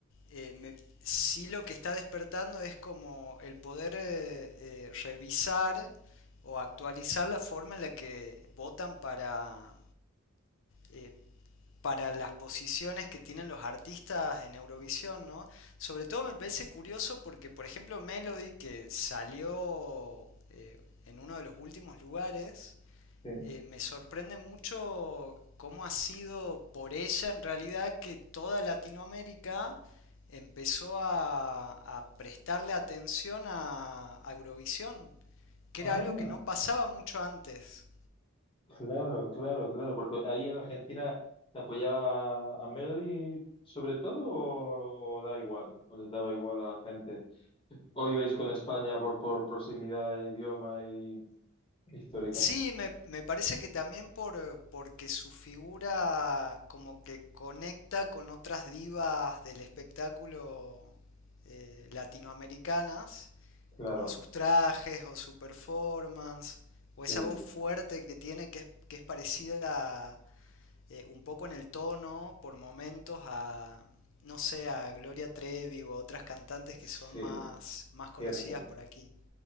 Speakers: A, on the left; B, on the left.
A: eh, me- sí lo que está despertando es como el poder eh, eh, revisar o actualizar la forma en la que votan para, eh, para las posiciones que tienen los artistas en Eurovisión, ¿no? Sobre todo me parece curioso porque, por ejemplo, Melody, que salió eh, en uno de los últimos lugares,
B: Sí.
A: eh, me sorprende mucho cómo ha sido por ella en realidad que toda Latinoamérica empezó a, a prestarle atención a, a Eurovisión, que
B: Ah.
A: era algo que no pasaba mucho antes.
B: Claro, claro, claro, porque ahí en Argentina te apoyaba a Melody sobre todo o, o da igual, o les daba igual a la gente. O ibais con España por, por proximidad de idioma y histórica.
A: Sí, me, me parece que también por, porque su figura como que conecta con otras divas del espectáculo eh, latinoamericanas,
B: Claro,
A: como sus trajes o su performance, o esa
B: sí,
A: voz fuerte que tiene que es, que es parecida eh, un poco en el tono por momentos a, no sé, a Gloria Trevi o a otras cantantes
B: sí,
A: que son más, más conocidas
B: cierto.
A: por aquí.